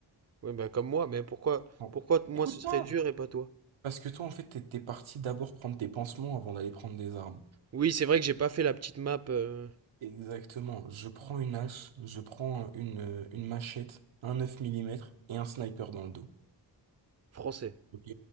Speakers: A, on the right; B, on the right.
A: Ouais, bah comme moi, mais pourquoi,
B: Bon.
A: pourquoi t- moi
B: Écoute-moi!
A: ce serait dur et pas toi?
B: Parce que toi, en fait, t'es t'es parti d'abord prendre tes pansements avant d'aller prendre des armes.
A: Oui, c'est vrai que j'ai pas fait la petite map euh,
B: Exactement. Je prends une hache, je prends une, euh, une machette, un 9 millimètres et un sniper dans le dos.
A: français.
B: Ok?